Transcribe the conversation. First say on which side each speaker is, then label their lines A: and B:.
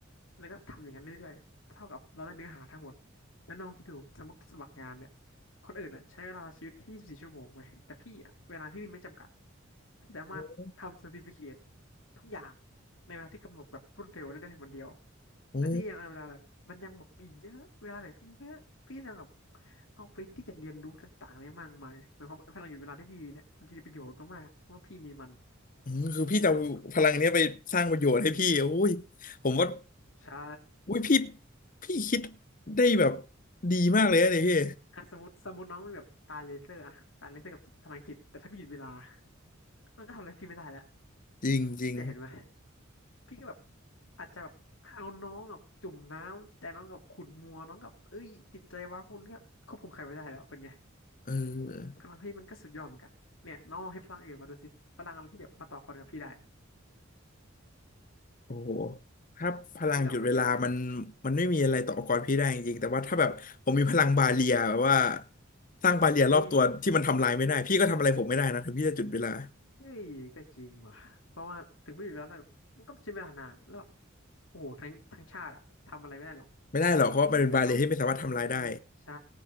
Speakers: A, on the left; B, on the left.
A: แล้วก็ทำอย่างนั้นเรื่อยๆเท่ากับเราได้เนื้อหาทั้งหมด แล้วน้องคิดดูสมมติสมัครงานเนี่ยคนอื่นอ่ะใช้เวลาชีวิตที่24ชั่วโมงเว้ยแต่พี่อ่ะเวลาพี่มีไม่จำกัดพี่สามารถทำเซอร์ติฟิเคท
B: โ
A: ทุกอย่างในเวลาที่กำหนดแบบรวดเร็วได้ในวันเดียว
B: อ้
A: แล้วพี่ยังเอาเวลาแบบมันยังแบบอีกเยอะเวลาเหลือตั้งเยอะพี่ยังแบบเอาไปที่จะเรียนรู้ต่างๆได้มากมายหมายความว่าพลังหยุดเวลาที่พี่มีเนี่ยมันจะมีประโยชน์มากๆเพราะว่าพี่มีมัน
B: อืมคือพี่จะเอาพลังเนี้ยไปสร้างประโยชน์ให้พี่อุ้ย
A: อืม
B: ผมว่า
A: ใช่
B: อุ้ยพี่พี่คิดได้แบบดีมากเลยนะเนี่ยพี่
A: อ่ะสมมติสมมติน้องมีแบบตาเลเซอร์อะตาเลเซอร์กับจิตพลังจิตแต่ถ้าพี่หยุดเวลามันก็ทำอะไรพี่ไม่ได้แล้ว
B: จริงจริง
A: เนี่ยเห็นไหมพี่ก็แบบอาจจะแบบเอาน้องกับจุ่มน้ำจิตใจน้องกับขุ่นมัวน้องกับเอ้ยจิตใจว้าวุ่นก็ควบคุมใครไม่ได้แล้วเป็นไง
B: เออ
A: กำลังพี่มันก็สุดยอดเหมือนกันเนี่ยน้องลองให้พลังอื่นมาดูสิพลังอะไรที่แบบมาต่อกรกับพี่ได้
B: โอ้โหถ้าพลังหยุดเวลามัน
A: คิดออกไหมคิดออกไหม
B: มันไม่มีอะไรต่ออุปกรพี่ได้จริงๆแต่ว่าถ้าแบบผมมีพลังบาเรียแบบว่าสร้างบาเรียรอบตัวที่มันทำลายไม่ได้พี่ก็ทำอะไรผมไม่ได้นะถึงพี่จะหยุดเวลา
A: อุ้ยเฮ้ยก็จริงว่ะเพราะว่าถึงไม่อยู่แล้วนะมันก็ต้องใช้เวลานานแล้วแบบโอ้โหทั้งทั้งชาติอะทำอะไรไม่ได้หรอก
B: ไม่ได้หรอกเพราะว่ามันเป็นบาเรียที่ไม่สามารถทำลายได้
A: เอ้ยแต่เราอืมใช่